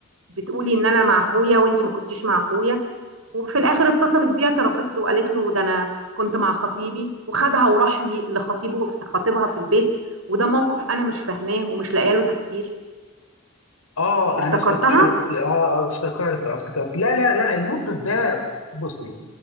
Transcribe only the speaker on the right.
بتقولي ان انا مع اخويا وانت ما كنتيش مع اخويا وفي الاخر اتصلت بيه اعترفت له وقالت له ده انا كنت مع خطيبي وخدها وراح لي لخطيبه خطيبها في البيت وده موقف انا مش فاهماه ومش لاقيه له تفسير
افتكرتها